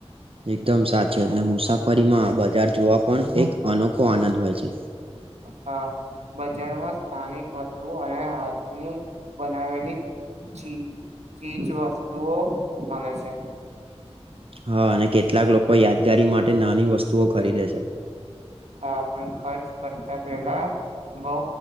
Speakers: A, on the right; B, on the right.
A: એકદમ સાચીત ને મુસાફરીમાં બજાર જોવા પણ એક અનોખો આનંદ હોય છે
B: હા બજારમાં સ્થાનિક વસ્તુઓ અને હાથની બનાવેલી ચ ચીજ વસ્તુઓ મળે છે
A: હા અને કેટલાક લોકો યાદગારી માટે નાની વસ્તુઓ ખરીદે છે
B: હા પણ ખર્ચ કરતા પેલા બઉ